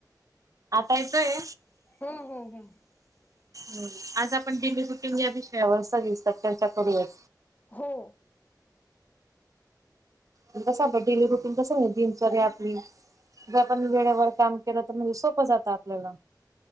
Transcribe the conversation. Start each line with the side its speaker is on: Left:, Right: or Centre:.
Right: आत्ता येतोय?
Left: हो हो हो.
Right: ह आज आपण डेली रुटीन या विषयावर सविस्तर चर्चा करू यात.
Left: हो.
Right: कसं आपलं डेली रुटीन कसं दिनचर्या आपली, जे आपण वेळेवर काम केलं तर म्हणजे सोपं जातं आपल्याला.